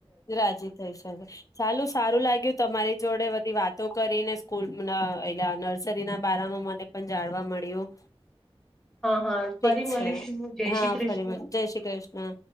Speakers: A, on the left; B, in the centre.
A: રાજી થઈ શકે ચાલું સારું લાગ્યું તમારી જોડે બધી વાતો કરીને સ્કૂલ એલા નર્સરી ના બારામાં મને પણ જાણવા મળ્યું
B: હા હા
A: ઠીક
B: ફરી મળીશું
A: છે
B: જય
A: હા
B: શ્રી કૃષ્ણ
A: ફરી મ જય શ્રી કૃષ્ણ